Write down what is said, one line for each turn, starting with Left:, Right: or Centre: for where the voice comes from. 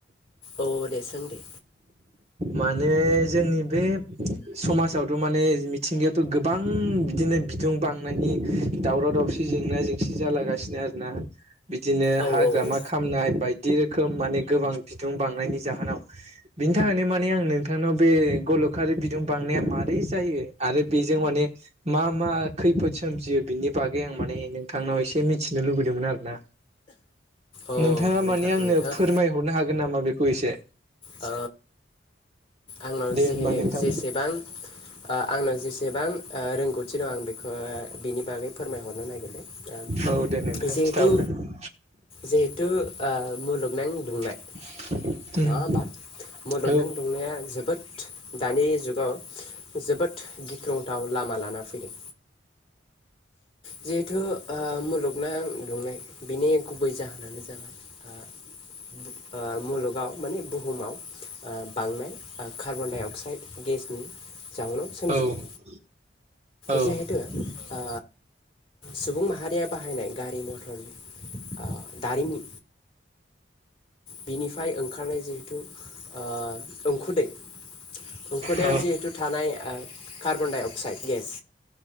Left: अ दे सों दे
Right: माने जोंनि बे समाजावथ' माने मिथिंगायावथ' गोबां बिदिनो नो बिदुं बांनायनि दावराव दावसि जेंना जेंसि जालागासिनो आरोना बिदिनो
Left: औ
Right: हाग्रामा
Left: औ औ
Right: खामनाय बाय बदि रोखोम माने गोबां बिदुं बांनायनि जाहोनाव बिनि थाखायनो मा ने आं नोंथांनाव बे गलखारि बिदुं बांनाया माबारै जायो आरो बेजों माने मा मा खैफोद सोमजियो बिनि बागै आं माने नोंथांनाव एसे मिथिनो लुबैदोंमोन आरो ना।
Left: अ
Right: नोंथाङा
Left: नोंथां
Right: माने आंनो
Left: नोंथाङा
Right: फोरमायहरनो हागोन नामा? बेखौ एसे
Left: ओ आंनाव
Right: दे
Left: जे
Right: होमबा नोंथां
Left: जेसेबां ओ आंनाव जेसे बां ओ रोंगौथि दं आं बेखौ बिनि बागै <unintelligible>
Right: औ दे नोंथां
Left: जिहेथु
Right: खिथाहरदो
Left: जिहेतु ओ मुलुगनां दुंनाय
Right: <unintelligible>
Left: नङा होमबा मुलुगनां
Right: औ
Left: दुंनाया जोबोद दानि जुगाव जोबोद गिख्रंथाव लामा लाना फैदों जिहेथु ओ मुलुगनां दुंनाय बिनि गुबै जाहोनानो ओ मुलगाव माने बुहुमाव ओ बांनाय कार्बन डाइ अक्साइड गेसनि जाउनाव सोमजिदो
Right: औ
Left: जिहेथु
Right: औ
Left: आ सुबुं माहारिया बाहायनाय गारि मथर ओ दारिमि बिनिफ्राय ओंखारनाय जिहेथु ओ उंखुदै उखुदैयाव
Right: औ
Left: जिहेतु थानाय ओ कार्बनडाइ अक्साइड गेस